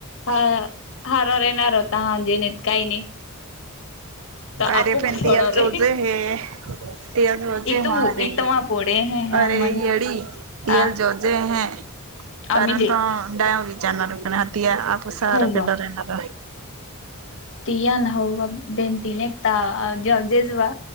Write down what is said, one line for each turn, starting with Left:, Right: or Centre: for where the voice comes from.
Left: हा हारेणार होता हार जीत काही नाही तर
Right: अरे
Left: आपूप
Right: पण
Left: थोडं
Right: त जोजे
Left: रे
Right: हे ते जोजे
Left: इथू
Right: म रे
Left: इथमा पोडे ह हा
Right: अरे
Left: म्हणजे
Right: येडी
Left: हा
Right: येड जन जे हे
Left: आम्ही
Right: कारण
Left: जे
Right: तडाव विचारना रुकण्या हात या आप उसाहार
Left: होवा
Right: कडरणार
Left: तिया ना होवा बेनतीीन एक एक त जवजेस वा